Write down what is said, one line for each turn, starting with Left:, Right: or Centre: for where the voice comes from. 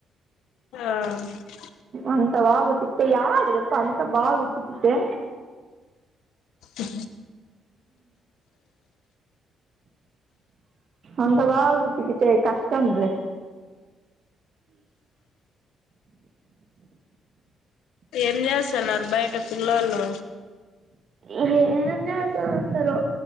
Left: అ
Right: అంతా బాగా ఉతికితే యారుదప్ప అంత బాగా ఉతికతే
Left: ఉ
Right: అంత బాగా ఉతుకితే కష్టంలే
Left: ఏం చేస్తున్నారు బయట పిల్లోలు
Right: ఏం చేస్తురు అందరూ